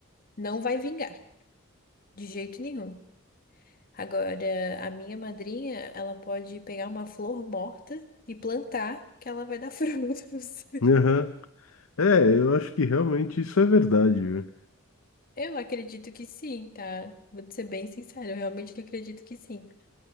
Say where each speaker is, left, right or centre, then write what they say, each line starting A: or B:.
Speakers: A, on the left; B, on the left.
A: Não vai vingar. De jeito nenhum. Agora, a minha madrinha, ela pode pegar uma flor morta e plantar, que ela vai dar <laughs> frutos.
B: Aham. É, eu acho que realmente isso é verdade.
A: Eu acredito que sim, tá? Vou te ser bem sincera, eu realmente acredito que sim.